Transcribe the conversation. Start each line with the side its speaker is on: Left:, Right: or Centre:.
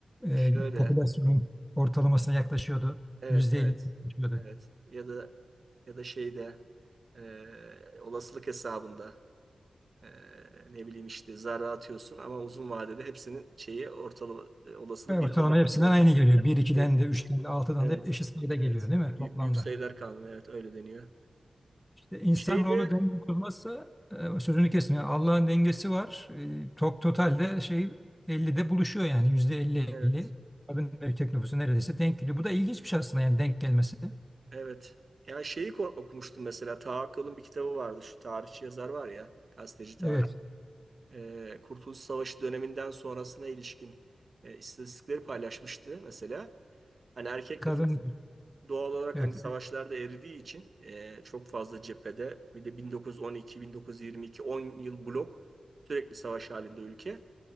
Centre: e,
Right: Şöyle
Centre: popülasyonun ortalamasına yaklaşıyordu.
Right: evet
Centre: %50
Right: evet
Centre: yaklaşıyordu.
Right: evet ya da ya da şeyde e, olasılık hesabında. Ee, ne bileyim işte zarra atıyorsun ama uzun vadede hepsinin şeyi ortalama e, olasılığı
Centre: Evet,
Right: 1
Centre: ortalama
Right: bölü
Centre: hepsinden
Right: 6'ya.
Centre: aynı geliyor. Bir ikiden
Right: Bir-
Centre: de, üçten de, altıdan
Right: Evet.
Centre: da hep eşit sayıda geliyor
Right: Evet.
Centre: değil mi
Right: Büyük,
Centre: toplamda?
Right: büyük sayılar kanunu evet öyle deniyor.
Centre: E, İnsanoğlu
Right: Şeyde
Centre: denge kurmazsa e, sözünü kesin. Yani Allah'ın dengesi var. E, to- totalde şey 50'de buluşuyor yani yüzde elli
Right: evet.
Centre: elli Kadın erkek nüfusu neredeyse denk geliyor. Bu da ilginç bir şey aslında yani denk gelmesi.
Right: Evet. Ya şeyi ko- okumuştum mesela Taha Akkal'ın bir kitabı vardı şu tarihçi yazar var ya gazeteci tarih.
Centre: Evet.
Right: Ee, Kurtuluş Savaşı döneminden sonrasına ilişkin e, istatistikleri paylaşmıştı mesela. Hani erkek
Centre: Kadın
Right: nüfus
Centre: nüfusu.
Right: doğal olarak
Centre: Evet.
Right: hani savaşlarda eridiği için e, çok fazla cephede bir de 1912, 1922, 10 yıl blok sürekli savaş halinde ülke.